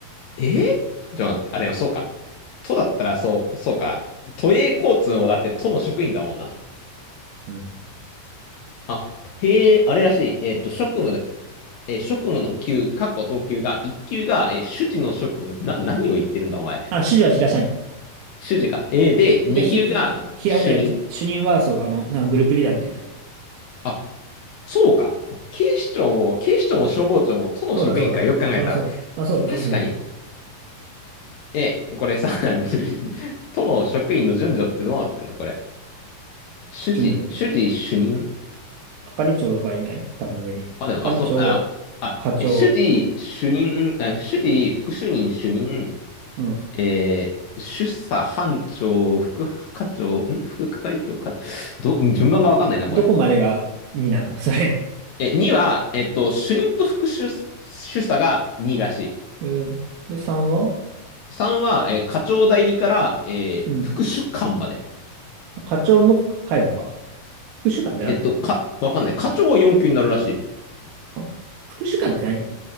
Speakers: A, on the left; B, on the right.
A: えーちょっと待って、あ、でもそうか。都だったらそう、そうか。都営交通もだって都の職員だもんな。
B: うん。
A: あ、へえ、あれらしい。えっと、職務、えー職務の級、かっこ等級が、1級が、えー主事の職務。な、何を言ってるんだ、お前。
B: あ、指示は平社員。
A: 主事か。えーで、2級が主任。
B: で、ひ、ひ、ひら、えーと主任は、そう、あの、なんかグループリーダーみたいな。
A: あ、そうか。警視庁も、警視庁も消防庁も都の職員か、
B: そうだ、そうだ。
A: よく考えたら。
B: そらそうだ。あ、そうだ、
A: 確かに、
B: そうそうそう。
A: え、これさ、<laughs> 都の職員の順序ってどうなってんのこれ。主事、
B: 順序って。
A: 主事主任
B: 係長がいない多分上に。
A: あ、でも、
B: 係長、
A: あ、そ、あ、あ、
B: 課長、
A: え、主事主任、あ、主事副主任主任、
B: うん。
A: えー、主査班長、副課長、ん副係長か、ど、順番がわかんないな、これ。
B: どこまでが2なの <laughs> それ。
A: え、2は、えっと、主任と副主、主査が2らしい。
B: えーで、3は
A: 3は、えー課長代理から、えー副主幹まで。
B: うん。課長も帰るのか。副主幹ってなんだ
A: えっと、か、わかんない。課長は4級になるらしい。
B: あ、副主幹って何